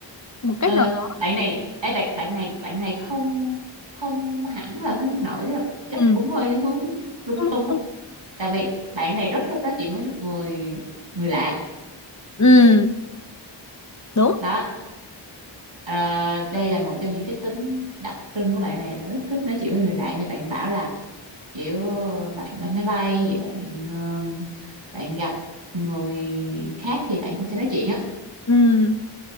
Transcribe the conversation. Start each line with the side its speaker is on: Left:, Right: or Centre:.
Left: một cách
Right: Ờ,
Left: nào đó
Right: bạn này ê, bạn bạn này bạn này không không hẳn là hướng nội tức là chắc
Left: ừ
Right: cũng hơi hướng lung
Left: lung
Right: tung á
Left: tung.
Right: tại vì bạn này rất thích nói chuyện với nước người người lạ
Left: ừ ừ, đúng
Right: đó Ờ, đây là một trong những cái tính đặc trưng của bạn này là rất thích nói chuyện với người lạ như bạn bảo là kiểu ờ, bạn lên máy bay thì bạn ờm, bạn gặp người khác thì bạn cũng sẽ nói chuyện á
Left: ừ